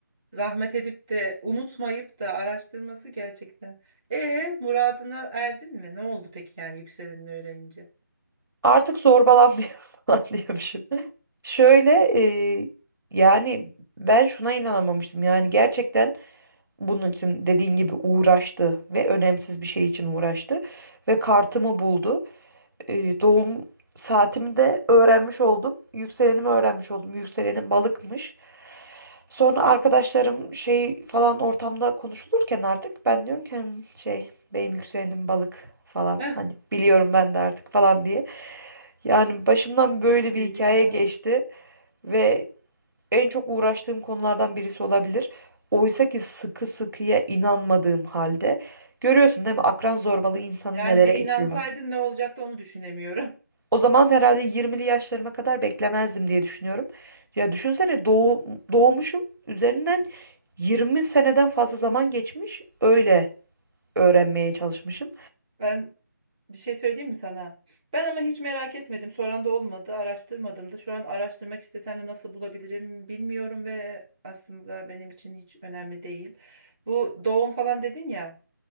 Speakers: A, on the right (about 15°); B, on the right (about 75°).
A: zahmet edip de unutmayıp da araştırması gerçekten. E muradına erdin mi? Ne oldu peki yani yükselenini öğrenince?
B: Artık zorbalanmıyor <laughs> falan diyormuşum. Şöyle e, yani ben şuna inanamamıştım. Yani gerçekten bunun için dediğin gibi uğraştı ve önemsiz bir şey için uğraştı ve kartımı buldu. E, doğum saatimi de öğrenmiş oldum. Yükselenimi öğrenmiş oldum. Yükselenim balıkmış. Sonra arkadaşlarım şey falan ortamda konuşulurken artık ben diyorum ki "Hmm, şey benim yükselenim balık falan
A: Eh,
B: hani biliyorum ben de artık falan diye. Yani başımdan böyle bir
A: Deli
B: hikaye
A: ya.
B: geçti ve en çok uğraştığım konulardan birisi olabilir. Oysa ki sıkı sıkıya inanmadığım halde görüyorsun değil mi akran zorbalığı insanı
A: yani
B: nelere
A: bir inansaydın
B: itiyor.
A: ne olacaktı onu düşünemiyorum. <laughs>
B: O zaman herhalde 20'li yaşlarıma kadar beklemezdim diye düşünüyorum. Ya düşünsene doğu, doğmuşum üzerinden 20 seneden fazla zaman geçmiş öyle öğrenmeye çalışmışım.
A: Ben bir şey söyleyeyim mi sana? Ben ama hiç merak etmedim. Soran da olmadı, araştırmadım da. Şu an araştırmak istesem de nasıl bulabilirim bilmiyorum ve aslında benim için hiç önemli değil. Bu doğum falan dedin ya.